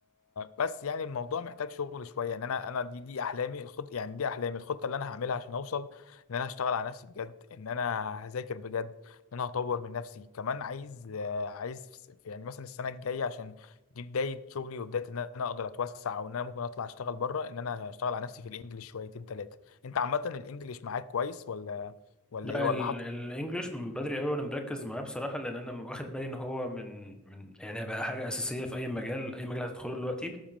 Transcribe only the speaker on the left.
بس يعني الموضوع محتاج شغل شويه ان انا انا دي دي احلامي الخط يعني دي احلامي الخطه اللي انا هعملها عشان اوصل ان انا هشتغل على نفسي بجد ان انا هذاكر بجد ان انا هطور من نفسي كمان عايز آه، عايز في- في- يعني مثلا السنه الجايه عشان دي بدايه شغلي وبدايه ان انا اقدر اتوسع او ان انا ممكن اطلع اشتغل بره ان انا هشتغل على نفسي في الانجليش شويتين ثلاثه انت عامه الانجليش معاك كويس ولا ولا
ايه ولا
حاطط